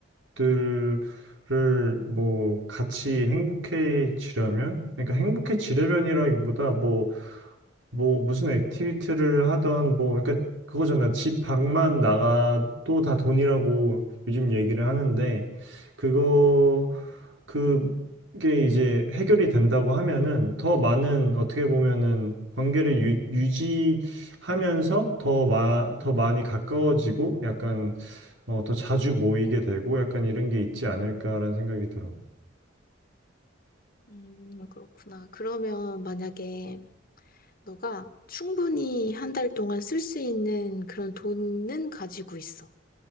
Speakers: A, on the right; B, on the left.
A: 것들을 뭐 같이 행복해지려면 그러니까 행복해지려면이라기보다 뭐 뭐 무슨 액티비티를 하던 뭐 그러니까 그거잖아 집 밖만 나가도 다 돈이라고 요즘 얘기를 하는데 그거 그게 이제 해결이 된다고 하면은 더 많은 어떻게 보면은 관계를 유, 유지하면서 더, 마, 더 많이 가까워지고 약간 어, 더 자주 모이게 되고 약간 이런 게 있지 않을까라는 생각이 들어.
B: 음, 그렇구나. 그러면 만약에 너가 충분히 한 달 동안 쓸 수 있는 그런 돈은 가지고 있어.